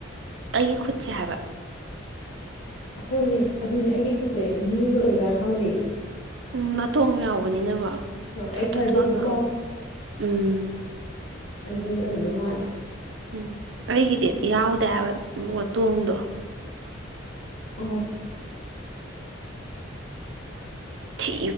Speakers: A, on the right; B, on the left.
A: ꯑꯩꯒꯤ ꯈꯨꯠꯁꯦ ꯍꯥꯏꯕ
B: ꯍꯣꯏꯅꯦ ꯑꯗꯨꯅꯦ ꯑꯩꯒꯤ ꯈꯨꯠꯁꯦ ꯃꯤꯑꯣꯣꯏꯕ ꯑꯣꯏꯖꯥꯔꯥ ꯈꯪꯗꯦ
A: ꯎꯝ ꯅꯥꯇꯣꯡ ꯌꯥꯎꯕꯅꯤꯅꯀꯣ ꯊꯣ
B: ꯑꯩ ꯈꯔ
A: ꯊꯣ ꯊꯠ
B: ꯗꯨꯞ ꯗꯨꯞ
A: ꯂꯑꯣ ꯎꯝ
B: ꯑꯗꯨꯒꯤꯅ ꯃꯥꯂꯦ
A: ꯎꯝ ꯑꯩꯒꯤꯗꯤ ꯌꯥꯎꯗꯦꯕ ꯇꯣꯡꯗꯣ
B: ꯑ ꯑꯁ
A: ꯊ